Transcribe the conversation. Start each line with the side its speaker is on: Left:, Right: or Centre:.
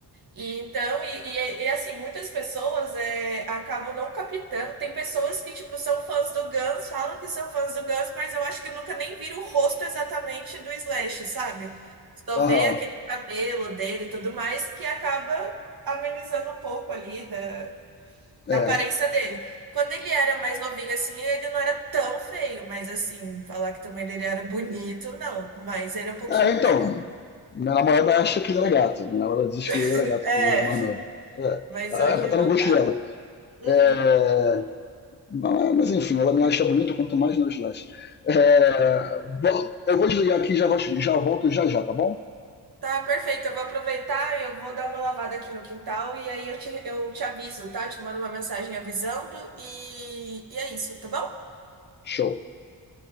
Right: E então, e, e- e, assim, muitas pessoas é, acabam não captando. Tem pessoas que, tipo, são fãs do Guns, falam que são fãs do Guns, mas eu acho que nunca nem viram o rosto exatamente do Slash, sabe? Só
Left: Aham.
Right: vê aquele cabelo dele e tudo mais, que acaba amenizando um pouco ali da,
Left: É.
Right: da aparência dele. Quando ele era mais novinho, assim, ele não era tão feio, mas assim, falar que também ele era bonito, não. Mas era um pouquinho
Left: É, então.
Right: melhor.
Left: Minha namorada acha que ele era gato. Minha namorada diz
Right: <laughs>
Left: que ele era gato
Right: É,
Left: quando eu era mais novo. É.
Right: mas
Left: Ela
Right: hoje
Left: é, tá
Right: não
Left: no gosto
Right: dá.
Left: dela.
Right: Uhum.
Left: É, mas, mas, enfim, ela me acha bonito quanto mais nos likes. É, bom, eu vou desligar aqui e já, vol- já volto já já, tá bom?
Right: Tá, perfeito. Eu vou aproveitar e eu vou dar uma lavada aqui no quintal e aí eu te, eu te aviso, tá? Eu te mando uma mensagem avisando e, e é isso, tá bom?
Left: Show.